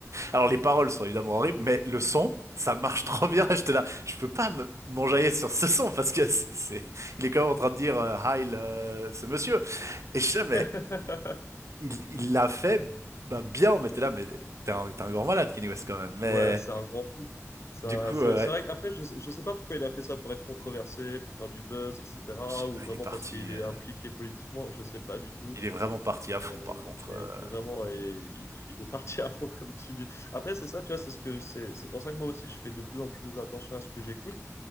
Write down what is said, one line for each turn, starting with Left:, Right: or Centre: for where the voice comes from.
Right: alors les paroles sont évidemment horribles, mais le son, ça marche trop bien. <laughs> J'étais là, je peux pas me m'enjailler sur ce son parce que c'est, c'est- il est quand même en train de dire euh, Heil euh, ce monsieur. Et je sais,
Left: Ouais.
Right: mais
Left: <laughs>
Right: il il l'a fait bah, bien. Mais t'es là, mais t'es un, t'es un grand malade, Kenny West quand même. Mais
Left: Ouais, c'est un grand fou. Ça,
Right: du coup,
Left: c'est
Right: euh,
Left: c'est vrai qu'après, je, je sais pas pourquoi il a fait ça pour être controversé, pour faire du buzz, etc.
Right: je sais
Left: Ou
Right: pas,
Left: vraiment
Right: il est parti,
Left: parce qu'il est
Right: euh,
Left: impliqué politiquement, je sais pas du tout.
Right: il est vraiment parti à
Left: Mais,
Right: fond
Left: euh,
Right: par contre.
Left: mais
Right: euh.
Left: vraiment, ouais, il, il est parti <laughs> à fond, comme tu dis. Après, c'est ça, tu vois, c'est ce que c'est, c'est pour ça que moi aussi, je fais de plus en plus attention à ce que j'écoute.